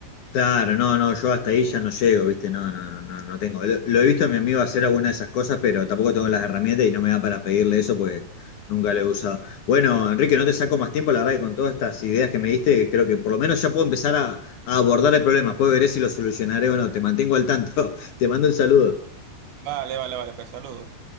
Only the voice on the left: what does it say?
Claro, no, no, yo hasta ahí ya no llego, ¿viste? No, no, no, no no tengo. Lo, lo he visto a mi amigo hacer alguna de esas cosas, pero tampoco tengo las herramientas y no me da para pedirle eso pues nunca lo he usado. Bueno, Enrique, no te saco más tiempo, la verdad que con todas estas ideas que me diste, creo que por lo menos ya puedo empezar a, a abordar el problema. Puedo ver si lo solucionaré o no. Te mantengo al tanto. <laughs> Te mando un saludo.